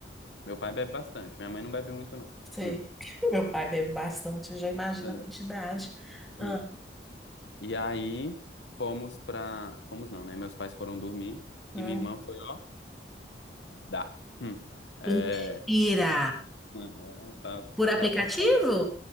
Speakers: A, on the left; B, in the centre.
A: Meu pai bebe bastante. Minha mãe não bebe muito, não.
B: Sei.
A: Hum.
B: <laughs> Meu pai bebe bastante, eu já imagino
A: É.
B: a quantidade. Ah,
A: Hum. E aí fomos pra... Fomos não, né? Meus pais foram dormir.
B: hum.
A: E minha irmã foi... Dá. Hum. É,
B: Mentira!
A: Ah, é, tá,
B: Por aplicativo?
A: tá safado.